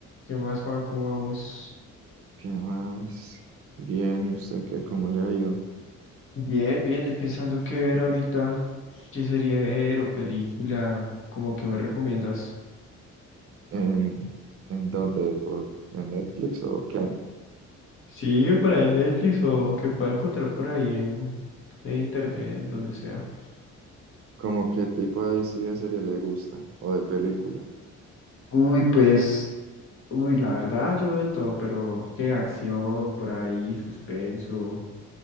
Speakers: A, on the left; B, on the right.
A: ¿Qué más, Juan? ¿Cómo vamos?
B: ¿Qué más? Bien, ¿y usted qué? ¿Cómo le ha ido?
A: Bien, bien, ahí pensando qué ver ahorita, qué serie ver o película, como que me recomiendas.
B: ¿En, en dónde? ¿Por, en Netflix o qué?
A: Sí, por ahí en Netflix o que pueda encontrar por ahí en, en internet, en donde sea.
B: ¿Cómo qué tipo de historia de serie le gusta? ¿O de película?
A: Uy, pues, uy, la verdad yo de todo, pero qué acción por ahí, suspenso,